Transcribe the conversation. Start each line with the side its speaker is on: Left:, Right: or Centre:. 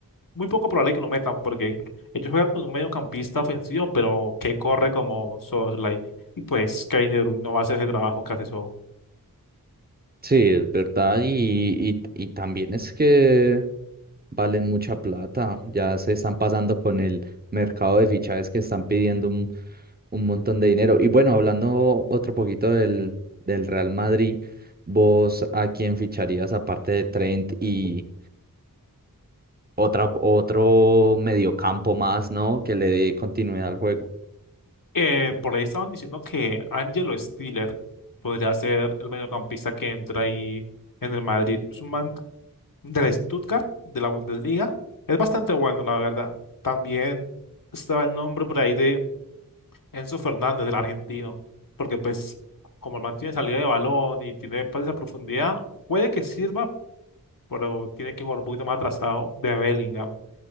Left: muy poco probable que lo metan porque ellos juegan con un mediocampista ofensivo, pero que corre como Soslay Y pues Kevin De Bruyne no va a hacer ese trabajo que hace eso.
Right: Sí, es verdad. Y, y, y también es que valen mucha plata. Ya se están pasando con el mercado de fichajes que están pidiendo un, un montón de dinero. Y bueno, hablando otro poquito del, del Real Madrid, ¿vos a quién ficharías aparte de Trent y otra, otro mediocampo más, ¿no? Que le dé continuidad al juego.
Left: Eh, por ahí estaban diciendo que Angelo Stiller podría ser el mediocampista que entra ahí en el Madrid. Es un man del Stuttgart, de la Bundesliga. Es bastante bueno, la verdad. También estaba el nombre por ahí de Enzo Fernández, del argentino, porque pues como el man tiene salida de balón y tiene pases a profundidad, puede que sirva, pero tiene que jugar un poquito más atrasado de Bellingham.